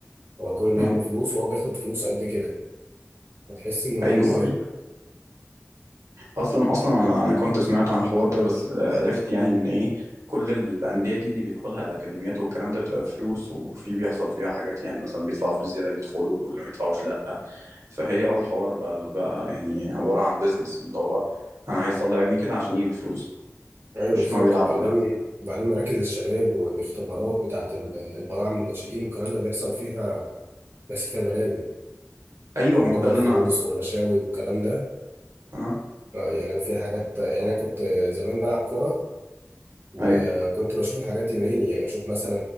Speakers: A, on the right (about 45°); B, on the right (about 90°).
A: هو كل اللي
B: مم.
A: همه فلوس وهو بياخد فلوس قد كده هتحس إن
B: ايوه
A: برضه إيه
B: ايوه اصلا اصلا انا أنا كنت سمعت عن الحوار ده بس عرفت يعني ان ايه كل الانديه دي اللي بيدخلها الاكاديميات والكلام ده بتبقى بفلوس وفي بيحصل فيها حاجات يعني مثلا بيدفعوا فلوس زياده بيدخلوا ولا ما بيدفعوش لا فهي اه الحوار بقى, بقى يعني عبارة عن بيزنس اللي هو انا عايز اطلع ابني كده عشان يجيب الفلوس
A: أيوه
B: مش
A: بالظبط
B: عشان هو بيلعب
A: وبعدين
B: او لا
A: وبعدين مراكز الشباب والاختبارات بتاعة ال- البراعم والناشئين والكلام ده بيحصل فيها بس فيها بلاوي
B: ايوه
A: موضوع
B: ما هو ده اللي
A: الفلوس
B: انا
A: والرشاوي والكلام ده
B: اه
A: آه، يعني أنا في حاجات يعني أنا كنت زمان بلعب كورة وكنت
B: ايوه
A: بشوف الحاجات دي بعيني يعني اشوف مثلا